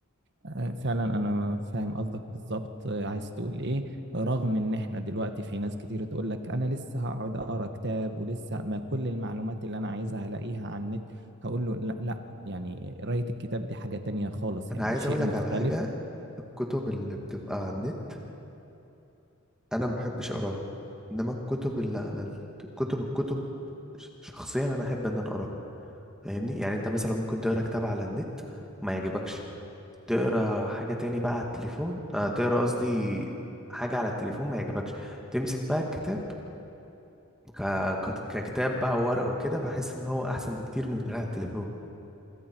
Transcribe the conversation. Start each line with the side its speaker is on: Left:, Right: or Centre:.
Right: آه، فعلا انا فاهم قصدك بالظبط آه، عايز تقول ايه رغم ان احنا دلوقتي في ناس كتير تقول لك انا لسه هقعد اقرا كتاب ولسه ما كل المعلومات اللي انا عايزها هلاقيها على النت هقول له لا لا يعني قراية الكتاب دي حاجة تانية خالص
Centre: انا
Right: يعني
Centre: عايز
Right: شيء
Centre: اقول لك
Right: مختلف
Centre: على حاجة الكتب اللي بتبقى على النت انا ما بحبش اقراها انما الكتب اللي على ال- الكتب الكتب ش- شخصيا انا احب ان انا اقراها فاهمني يعني انت مثلا ممكن تقرا كتاب على النت ما يعجبكش تقرا حاجة تاني بقى على التليفون آه تقرا قصدي حاجة على التليفون ما يعجبكش تمسك بقى الكتاب ك... ك- ككتاب بقى وورق وكده بحس ان هو احسن بكتير من اللي على التليفون